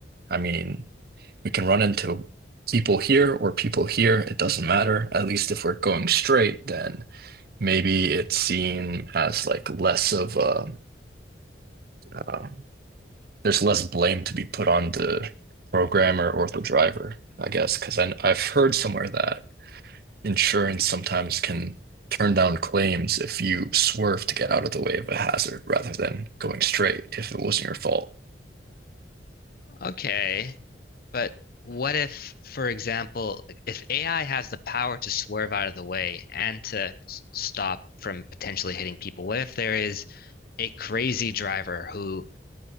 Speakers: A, on the right (about 55°); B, on the left (about 55°).
A: I mean, we can run into people here or people here. It doesn't matter. At least if we're going straight, then maybe it's seen as like less of a, uh, there's less blame to be put on the programmer or the driver, I guess, because I, I've heard somewhere that insurance sometimes can turn down claims if you swerve to get out of the way of a hazard rather than going straight if it wasn't your fault.
B: Okay, but what if, for example, if AI has the power to swerve out of the way and to s- stop from potentially hitting people, what if there is a crazy driver who